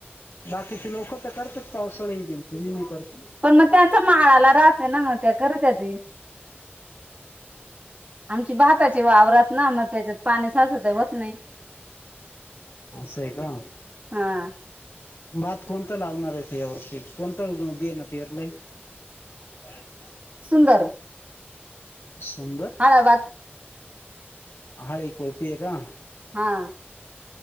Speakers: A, on the left (about 75°); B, on the right (about 35°).
A: बाकीचे लोक त करताच पावसाळी दिन तुम्ही नही करत
B: पण म त्याचा माळाला राहतय ना म त्या कर त्या दे आम ची भाताची वावरात ना म त्याच्यात पाणी साचत व्हत नई.
A: असंय का
B: हा
A: भात कोणत लावणारये तु या वर्षी कोणता बियाणं पेरलंय <unintelligible>
B: सुंदर
A: सुंदर
B: अयाबात
A: हा ही कॉफी ये का?
B: हा